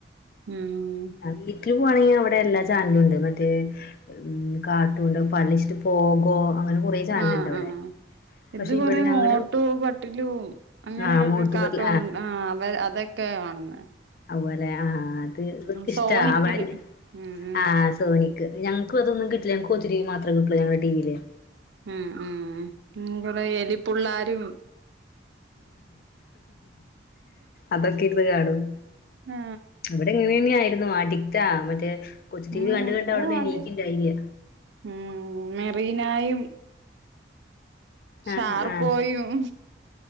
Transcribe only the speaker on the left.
വീട്ടിൽ പോകുവാണെങ്കിൽ അവിടെ എല്ലാ ചാനലും ഉണ്ട് മറ്റേ ഉം കാത്തുണ്ട് <unintelligible> പോഗ്ഗോ അങ്ങനെ കൊറേ ചാനല
ഇണ്ട് അവിടെ
പക്ഷെ
ഇവിടെ ഞങ്ങടെ
ആഹ് മോട്ടു
പത്ലു
അപോലെ ആഹ് അത് ഇവക്ക്ഷ്ടാ
ആഹ്
ആഹ് സോണിക്ക് ഞങ്ങക്ക് അതൊന്നും കിട്ടില്ല നങ്ങക്ക് കൊച്ചു ടിവി മാത്രം കിട്ടുള്ളു ഞങ്ങളെ ടീവീല്
അതൊക്കെ ഇരുന്ന് കാണും
ഇവിടെങ്ങനന്നേ ആയിരുന്നു. അഡിക്റ്റാ. മറ്റേ കൊച്ചു ടി
വി കണ്ട്
കണ്ട് അവിടന്ന്
എണീക്ക്ണ്ടായില്ല
ആഹ് ആഹ്